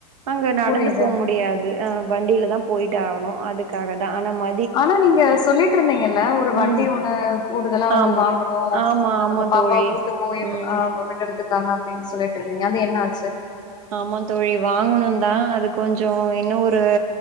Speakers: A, on the right (about 60°); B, on the left (about 20°).
A: அங்க நடந்து
B: புரியுது
A: போ முடியாது ஆர வண்டியில தா போயட்டு ஆகணு அதுக்காக தா ஆனா ம
B: ஆனா நீங்க சொல்லிட்டு இருந்தீங்கல்ல ஒரு வண்டி
A: ம்
B: ஒன்னு கூடுதலா வந்து
A: ஆமா
B: வாங்கணு ஆ
A: ஆமா
B: அது
A: ஆமா
B: நம்ம பாப்பாவ
A: தோழி
B: கூட்டு போய்
A: ம்
B: அ விடுறதுக்காங்க அப்டின் சொல்லிட்ருந்தீங்க அது என்ன ஆச்சு
A: ஆமாங் தோழி வாங்கணுந்தா அது கொஞ்சோ இன்னு ஒரு